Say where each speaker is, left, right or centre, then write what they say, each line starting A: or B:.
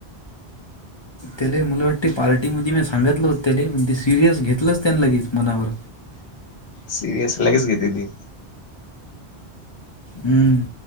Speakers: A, on the left (about 40°); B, on the left (about 80°).
A: त्याले मला वाटते पार्टी म मी सांगितलं होत त्याले पण ते सिरियस घेतलंच त्यानी लगेच मनावर
B: सिरियस लगेच घेते ती
A: हम्म